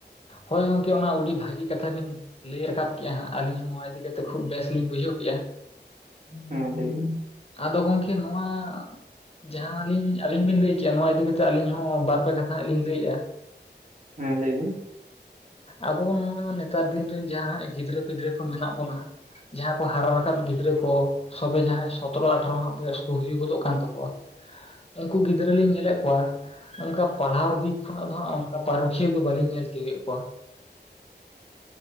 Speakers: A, on the left (about 35°); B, on the right (about 45°).
A: ᱦᱳᱭ ᱜᱚᱝᱠᱮ ᱚᱱᱟ ᱟᱹᱰᱤ ᱵᱷᱟᱹᱜᱤ ᱠᱟᱛᱷᱟ ᱵᱤᱱ ᱞᱟᱹᱭ ᱨᱟᱠᱟᱵ ᱠᱮᱜᱼᱟ ᱦᱟᱸᱜ ᱟᱹᱞᱤᱧ ᱦᱚᱸ ᱱᱚᱣᱟ ᱤᱫᱤ ᱪᱤᱠᱛᱮ ᱠᱷᱩ ᱵᱮᱥ ᱞᱤᱧ ᱵᱩᱡᱷᱟᱹ ᱠᱮᱫᱼᱟ᱾
B: ᱦᱮᱸ ᱞᱮᱵᱤᱱ,
A: ᱟᱫᱚ ᱜᱚᱢᱠᱮ ᱱᱚᱣᱟ ᱡᱟᱦᱟᱸᱞᱤᱧ ᱟᱹᱵᱤᱱ ᱵᱤᱱ ᱞᱟᱹᱭ ᱠᱮᱫᱮᱜᱼᱟ ᱱᱚᱣᱟ ᱤᱫᱤ ᱠᱟᱛᱮᱫ ᱟᱹᱞᱤᱧ ᱦᱚᱸ ᱵᱟᱨᱯᱮ ᱠᱟᱛᱷᱟ ᱦᱟᱜ ᱞᱤᱧ ᱞᱟᱹᱭᱮᱫᱼᱟ᱾
B: ᱦᱮᱸ ᱞᱟᱹᱭ ᱵᱤᱱ᱾
A: ᱟᱵᱚ ᱱᱚᱣᱟ ᱱᱮᱛᱟᱨ ᱫᱤᱱ ᱨᱮᱱ ᱡᱟᱦᱟᱸ ᱜᱤᱫᱽᱨᱟᱹ ᱯᱤᱫᱽᱨᱟᱹ ᱠᱚ ᱢᱮᱱᱟᱜ ᱵᱚᱱᱟ᱾ ᱡᱟᱦᱟᱸ ᱠᱚ ᱦᱟᱨᱟᱠᱟᱵ ᱜᱤᱫᱽᱨᱟᱹ ᱠᱚ ᱥᱚᱵᱮ ᱡᱟᱦᱟᱸᱭ ᱥᱚᱛᱨᱚ ᱟᱴᱷᱨᱚ ᱦᱟᱸᱜ ᱵᱚᱭᱚᱥ ᱠᱚ ᱦᱩᱭ ᱜᱚᱫᱚᱜ ᱠᱟᱱ ᱛᱟᱠᱚᱣᱟ ᱩᱱᱠᱩ ᱜᱤᱫᱽᱨᱟᱹ ᱞᱤᱧ ᱧᱮᱞᱮᱫ ᱠᱚᱣᱟ ᱚᱱᱠᱟ ᱯᱟᱲᱦᱟᱣ ᱫᱤᱠ ᱠᱷᱚᱱᱟᱜ ᱫᱚ ᱦᱟᱜ ᱚᱱᱠᱟ ᱯᱟᱨᱩ ᱠᱷᱤᱭᱟᱹ ᱫᱚ ᱵᱟᱞᱤᱧ ᱧᱮᱞ ᱛᱤᱭᱩᱜ ᱠᱮᱫ ᱠᱚᱣᱟ᱾